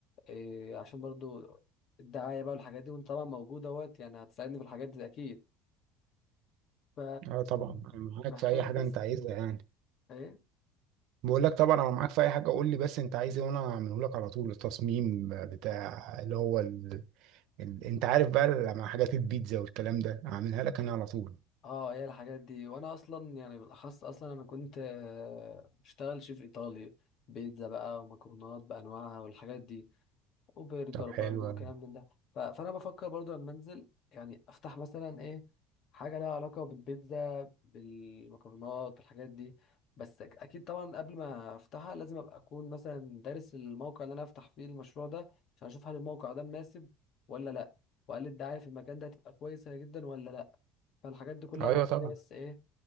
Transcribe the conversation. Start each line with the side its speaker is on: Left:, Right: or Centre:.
Left: إيه عشان برضو الدعاية بقى والحاجات دي وانت طبعا موجود اهوت يعني هتساعدني في الحاجات دي اكيد ف
Right: اه طبعا انا معاك
Left: محتاج
Right: في اي حاجه
Left: بس
Right: انت عايزها يعني
Left: ايه
Right: بقول لك طبعا انا معاك في اي حاجه قول لي بس انت عايز ايه وانا اعمله لك على طول التصميم بتاع اللي هو ال- انت عارف بقى لما حاجات البيتزا والكلام ده اعملها لك انا على طول
Left: اه هي الحاجات دي وانا اصلا يعني بالاخص اصلا انا كنت آه، بشتغل شيف ايطالي بيتزا بقى ومكرونات بانواعها والحاجات دي وبرجر
Right: طب حلو
Left: برضو وكلام
Right: أوي.
Left: من ده ف- فانا بفكر برضو لما انزل يعني افتح مثلا ايه حاجه لها علاقه بالبيتزا بالمكرونات بالحاجات دي بس أك- اكيد طبعا قبل ما افتحها لازم ابقى اكون مثلا دارس الموقع اللي انا افتح فيه المشروع ده عشان اشوف هل الموقع ده مناسب ولا لا وهل الدعايه في المكان ده هتبقى كويسه جدا ولا لا فالحاجات دي كلها
Right: ايوه
Left: محتاجه
Right: طبعا
Left: بس ايه